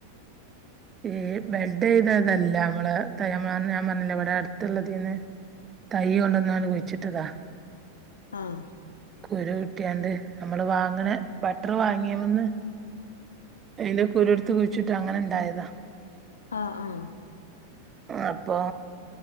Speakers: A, on the right; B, on the left.
A: ഏയ് ബെൽഡ് ചെയ്തതല്ല മ്മളെ തയ്യാമാന്ന് ഞാൻ പർഞ്ഞില്ല ഇവിടെ അടുത്ത്ള്ളതീന്ന് തൈ കൊണ്ട്ന്നാണ് കുയ്ച്ചിട്ടതാ
B: ആഹ്
A: കുരു കിട്ടിയാണ്ട് നമ്മള് വാങ്ങണ ബട്ടറ് വാങ്ങിയ വന്ന് അയിൻ്റെ കുരൂടുത്ത് കുഴിച്ചിട്ട് അങ്ങനെണ്ടായതാ
B: ആഹ് ആഹ്
A: അപ്പോ